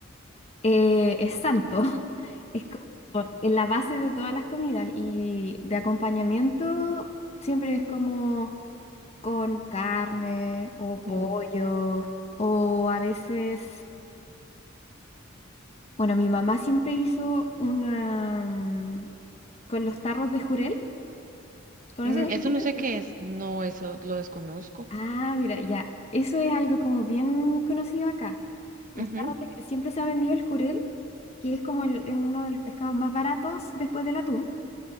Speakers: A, on the left; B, on the right.
A: eh, es santo. <laughs> Es como en la base de todas las comidas y de acompañamiento siempre es como con carne o
B: ujú.
A: pollo o a veces Bueno, mi mamá siempre hizo una mm, con los tarros de jurel. ¿Conoces
B: Mm, eso
A: el jurel,
B: no sé
A: cierto?
B: qué es, no, eso lo desconozco.
A: Ah, mira, ya. Eso es algo como bien conocido acá. Los
B: Ujú.
A: tarros de- siempre se ha vendido el jurel, que es como el- uno de los pescados más baratos después del atún,